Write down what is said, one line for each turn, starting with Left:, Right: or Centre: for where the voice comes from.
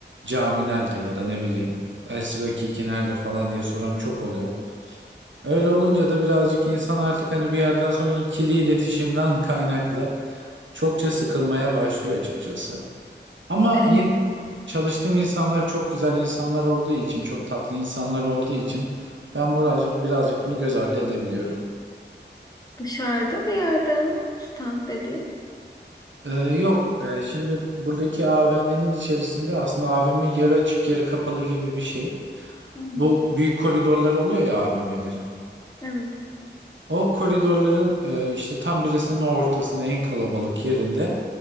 Right: cami nerede ya da ne bileyim El Sivaki iki nerede falan diye soran çok oluyor. Öyle olunca da birazcık insan artık hani bir yerden sonra ikili iletişimden <laughs> kaynaklı çokça sıkılmaya başlıyor açıkçası. Ama
Left: E,
Right: yine çalıştığım insanlar çok güzel insanlar olduğu için, çok tatlı insanlar olduğu için ben birazcık, birazcık bunu göz ardı edebiliyorum.
Left: dışarıda bir yerde mi? Stand dedi.
Right: Ee, yok Ee, şimdi buradaki AVM'nin içerisinde aslında AVM yarı açık yarı kapalı gibi bir şey.
Left: Hmm,
Right: Bu büyük koridorları oluyor ya AVM'lerin.
Left: evet
Right: O koridorların e, işte tam birisinin ortasında en kalabalık yerinde